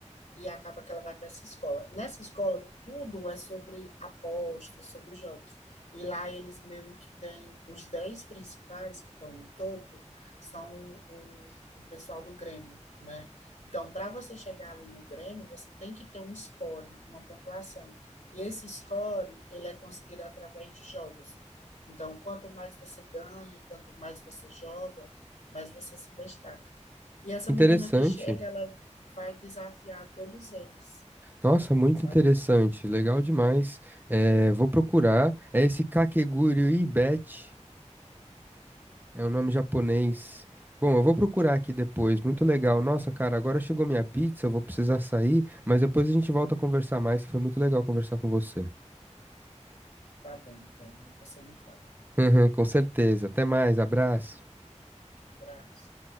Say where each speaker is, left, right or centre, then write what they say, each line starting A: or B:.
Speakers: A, on the left; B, on the right.
A: e acaba que ela vai para essa escola. Nessa escola, tudo é sobre apostas, sobre jogos. E lá eles mesmo que têm os 10 principais que estão no topo, são o, o pessoal do Grêmio, né? Então, para você chegar ali no Grêmio, você tem que ter um score, uma pontuação. E esse score, ele é conseguido através de jogos. Então, quanto mais você ganha, quanto mais você joga, mais você se destaca. E essa
B: Interessante.
A: menina que chega, ela vai desafiar todos eles,
B: Nossa, muito
A: sabe?
B: interessante, legal demais. É, vou procurar. É esse Kakegurui Ibet. É um nome japonês. Bom, eu vou procurar aqui depois. Muito legal. Nossa, cara, agora chegou minha pizza, eu vou precisar sair, mas depois a gente volta a conversar mais, que foi muito legal conversar com você.
A: Tá bom, então, aí você me fala.
B: <laughs> Com certeza. Até mais, abraço.
A: Um Abraço.